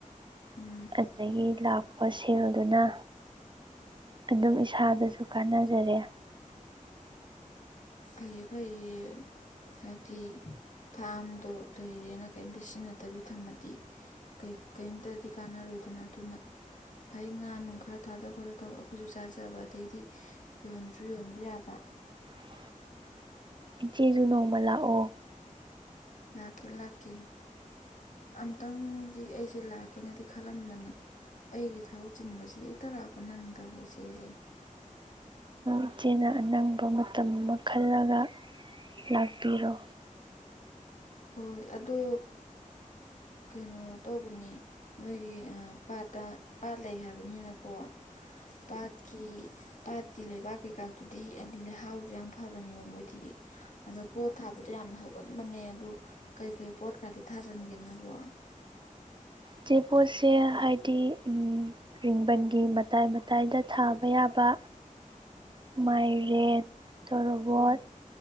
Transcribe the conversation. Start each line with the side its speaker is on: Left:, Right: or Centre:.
Left: ꯎꯝ
Right: ꯑꯗꯒꯤ ꯂꯥꯛꯄ ꯁꯦꯜꯗꯨꯅ ꯑꯗꯨꯝ ꯏꯁꯥꯗꯁꯨ ꯀꯥꯟꯅꯖꯔꯦ
Left: ꯐꯩꯌ‌ꯩ ꯐꯩꯌ‌ꯦ ꯍꯥꯏꯗꯤ ꯐꯥꯝꯗꯣ ꯂꯩꯔꯦꯅ ꯀꯩꯝꯇ ꯁꯤꯖꯤꯟꯅꯗꯕꯤ ꯊꯝꯃꯗꯤ ꯀꯔꯤꯝꯇꯗꯤ ꯀꯥꯟꯅꯔꯣꯏ ꯑꯗꯨꯅ ꯑꯗꯨꯅ ꯐꯩ ꯉꯥ ꯅꯨꯡ ꯈꯔ ꯊꯥꯗꯣꯛ ꯈꯣꯠꯇꯣꯛ ꯇꯕ ꯑꯩꯈꯣꯏꯁꯨ ꯆꯥꯖꯕ ꯑꯗꯩꯗꯤ ꯌꯣꯟꯗ꯭ꯔꯁꯨ ꯌꯣꯟꯕ ꯌꯥꯕ
Right: ꯎ <unintelligible> ꯏꯆꯦꯁꯨ ꯅꯣꯡꯃ ꯂꯥꯛꯑꯣ
Left: ꯂꯥꯛꯀꯦ ꯂꯥꯛꯀ‌ꯦ ꯑꯝꯇꯪꯗꯤ ꯑꯩꯁꯦ ꯂꯥꯛꯀꯦꯅꯗꯤ ꯈꯜꯂꯝꯃꯅꯤ ꯑꯩꯒꯤ ꯊꯕꯛ ꯆꯤꯟꯕꯁꯤ ꯆꯠꯇꯔꯛꯀꯣ ꯅꯪꯗꯕꯤ ꯏꯆꯦꯁꯦ
Right: ꯏꯆꯦꯅ ꯑꯅꯪꯕ ꯃꯇꯝꯅ ꯈꯜꯂꯒ ꯂꯥꯛꯄꯤꯔꯣ
Left: ꯍꯣꯏ ꯑꯗꯣ ꯀꯩꯅꯣ ꯇꯧꯕꯅꯦ ꯅꯣꯏꯒꯤ ꯄꯥꯠꯇ ꯄꯥꯠ ꯂꯩ ꯍꯥꯏꯕꯅꯤꯅꯀꯣ ꯄꯥꯠꯀꯤ ꯄꯥꯠꯀꯤ ꯂꯩꯕꯥꯛ ꯀꯩꯀꯥꯗꯨꯨꯗꯤ ꯍꯥꯏꯗꯤ ꯂꯩꯍꯥꯎꯁꯨ ꯌꯥꯝ ꯐꯕꯅꯦꯕ ꯃꯣꯏꯗꯤ ꯑꯗꯣ ꯄꯣꯠ ꯊꯥꯕꯗꯣ ꯌꯥꯝꯅ ꯍꯧꯒꯟꯕꯅꯦ ꯑ ꯀꯩꯀꯩ ꯄꯣꯠꯀꯗꯤ ꯊꯥꯖꯟꯒꯦ ꯅꯕꯣ
Right: ꯆꯆꯦ ꯄꯣꯠꯁꯦ ꯍꯥꯏꯗꯤ ꯔꯤꯡꯕꯟꯒꯤ ꯃꯇꯥꯏ ꯃꯇꯥꯏꯗ ꯊꯥꯕ ꯌꯥꯕ ꯃꯥꯏꯔꯦꯟ ꯇꯣꯔꯣꯕꯣꯠ